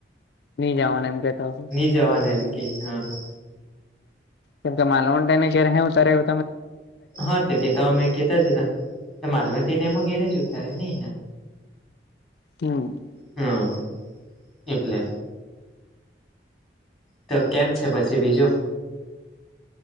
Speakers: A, on the left; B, in the centre.
A: ની જાવાના એમ કેતો હશે,
B: જવા દે એમ કેઈ તો,
A: કે માલવને <inaudible> કે ઉતારે ઉ
B: હા, તે તો અમે કેતા જ હતા માલવન તેને એમ ઘેરે જ ઉતારે ને
A: <inaudible>
B: હા, એટલે તો કેમ છે, પછી બીજું?